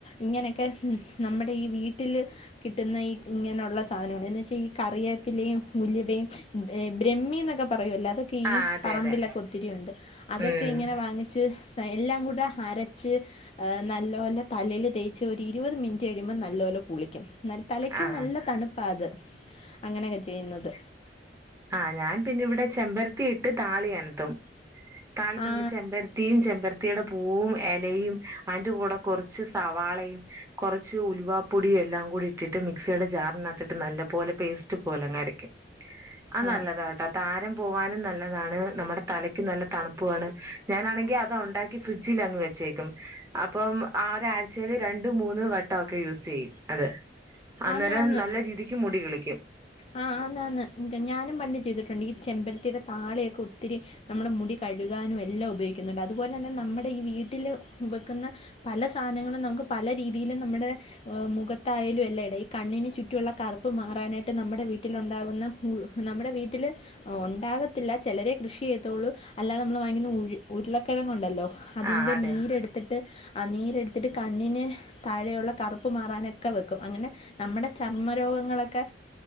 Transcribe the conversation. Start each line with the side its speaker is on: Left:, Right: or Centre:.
Left: ഇങ്ങനെയൊക്കെ ഉം നമ്മടെ ഈ വീട്ടിൽ കിട്ടുന്ന ഈ ഇങ്ങനെയുള്ള സാധനങ്ങൾ എന്ന് വെച്ചാൽ ഈ കറിയെ പ്പിലയും, ഉലുവയും, ബ്രഹ്മി ന്നൊക്കെ പറയൂല്ലോ അതൊക്കെ ഈ
Right: ആ അതെ
Left: പറമ്പിലൊക്കെ
Right: അതെ
Left: ഒത്തിരിയുണ്ട് അതൊക്കെ
Right: ഉം
Left: ഇങ്ങനെ വാങ്ങിച്ച് എല്ലാം കൂടെ അരച്ച് നല്ലപോല തലൽ തേച്ച് ഒരു ഇരുപത് മിനിറ്റ് കഴിയുമ്പോൾ നല്ലപോലെ കുളിക്കും ന്നൽ തലക്ക്
Right: ആ
Left: നല്ല തണുപ്പാത് അങ്ങനെയൊക്കെ ചെയ്യുന്നത്
Right: ആ ഞാൻ പിന്നെ വടെ ചെമ്പരത്തിയിട്ട് താളിയെനെത്തും താളി
Left: ആ
Right: നമ്മള് ചെമ്പരത്തി വത്തി <unintelligible> യും ചെമ്പരത്തീടെ പൂവും എലയും അയ്ന്റെ കൂടെ കൊറച്ച് സവാളയും കൊറച്ച് കൊറച്ച് ഉലുവാപ്പൊടിയും എല്ലാം കൂടി ഇട്ടിട്ട് മിക്സിയുടെ ജാറിനകത്തിട്ട് നല്ല പോലെ പേസ്റ്റ് പോലെ അങ്ങരക്കും അഹ്
Left: ആ
Right: നല്ലതാട്ടാ താരൻ പോവാനും നല്ലതാണ് നമ്മടെ തലക്ക് നല്ല തണുപ്പു ആണ് ഞാനാണെങ്കിൽ അത് ഉണ്ടാ ക്കി ഫ്രിഡ്ജിലങ്ങ് വെച്ചേക്കും അപ്പം ആഹ് ഒരാഴ്ചയില് രണ്ട് മൂന്ന് വട്ടം ഒക്കെ യൂസ് ചെയ്യും അത് അന്നേരം
Left: ആന്ന് ആന്ന്
Right: നല്ല രീതിക്ക് മുടി കിളിക്കും
Left: ആഹ് ആണാണ് ഞാനും പണ്ട് ചെയ്തിട്ടുണ്ട് ഈ ചെമ്പരത്തീടെ താളിയൊക്കെ ഒത്തിരി നമ്മുടെ മുടി കഴുകാനും എല്ലാം ഉപയോഗിക്കുന്നുണ്ട് അതുപോലെ തന്നെ നമ്മടെ ഈ വീട്ടില് വെക്കുന്ന പല സാനങ്ങളും നമുക്ക് പല രീതിയിലും നമ്മടെ മുഖത്തായാലും എല്ലാം ഇട കണ്ണിന് ചുറ്റുള്ള കറുപ്പ് മാറാനായിട്ട് നമ്മടെ വീട്ടിലുണ്ടാകുന്ന നമ്മടെ വീട്ടില് ഉണ്ടാകത്തില്ല ചിലരേ കൃഷി ചെയ്യത്തുള്ളു അല്ലാതെ നമ്മള് വാങ്ങിക്കുന്ന ഉൾ ഉരുളക്കിഴങ്ങ് ഉണ്ടല്ലോ അതിൻ്റെ
Right: ആ അതെ
Left: നീരെടുത്തിട്ട് ആഹ് നീരെടുത്തിട്ട് കണ്ണിന് താഴെ ഉള്ള കറുപ്പ് മാറാനൊക്കെ വെക്കും അങ്ങനെ നമ്മടെ ചർമ്മ രോഗങ്ങളൊക്കെ